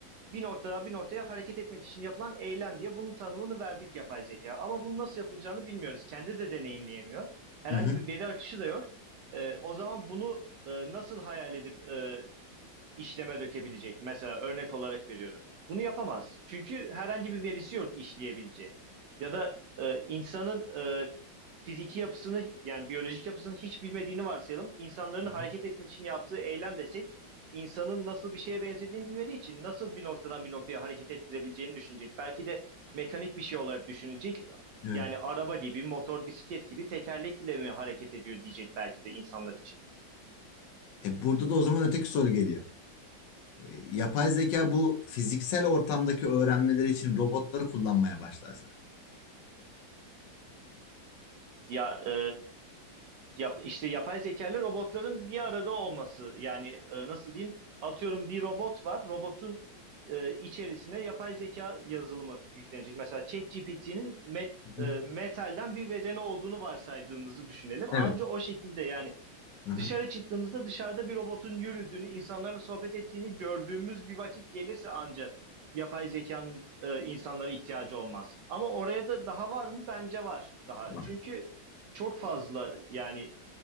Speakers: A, on the right; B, on the left.
A: bir noktadan bir noktaya hareket etmek için yapılan eylem diye bunun tanımını verdik yapay zeka. Ama bunun nasıl yapılacağını bilmiyoruz. Kendi de deneyimleyemiyor. Herhangi
B: Hı hı.
A: bir veri akışı da yok. E, o zaman bunu e, nasıl hayal edip e, işleme dökebilecek. Mesela örnek olarak veriyorum. Bunu yapamaz. Çünkü herhangi bir verisi yok işleyebileceği. Ya da e, insanın e, fiziki yapısını yani biyolojik yapısını hiç bilmediğini varsayalım. İnsanların
B: Hı
A: hareket
B: hı.
A: etmek için yaptığı eylem desek insanın nasıl bir şeye benzediğini bilmediği için nasıl bir noktadan bir noktaya hareket ettirebileceğini düşünecek. Belki de mekanik bir şey olarak düşünecek.
B: Evet.
A: Yani araba gibi, motor, bisiklet gibi tekerlekle mi hareket ediyor diyecek belki de insanlar için.
B: E, burada da o zaman öteki soru geliyor. E, yapay zeka bu fiziksel ortamdaki öğrenmeleri için robotları kullanmaya başlarsa.
A: Ya e, Yap, işte yapay zekalı robotların bir arada olması yani e, nasıl diyeyim atıyorum bir robot var robotun e, içerisine yapay zeka yazılımı yüklenecek. Mesela ChatGPT'nin met,
B: Hı
A: e,
B: hı.
A: metalden bir bedeni olduğunu varsaydığımızı düşünelim. Anca
B: Evet.
A: o şekilde yani
B: Hı hı.
A: dışarı çıktığımızda dışarıda bir robotun yürüdüğünü, insanlarla sohbet ettiğini gördüğümüz bir vakit gelirse anca yapay zekanın e, insanlara ihtiyacı olmaz. Ama oraya da daha var mı? Bence var daha.
B: Var.
A: Çünkü çok fazla yani